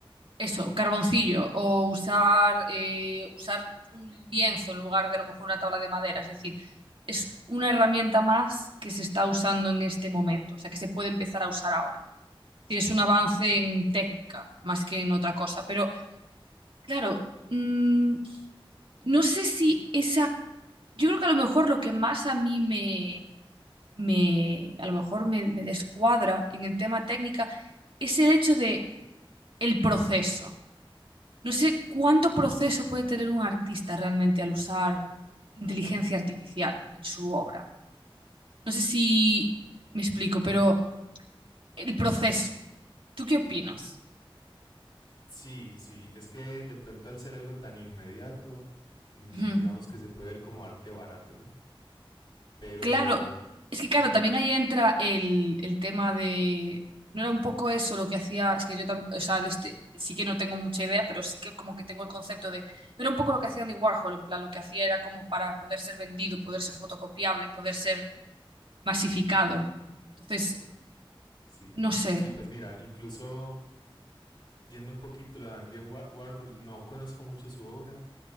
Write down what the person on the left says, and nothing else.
Sí, sí, es que de pronto al ser algo tan inmediato, mm,
digamos que se puede ver como arte barato, ¿no? Pero
mm,
sí,
sí, pues mira, incluso yendo un poquito a Andy Wa- Warhol, no conozco mucho su obra,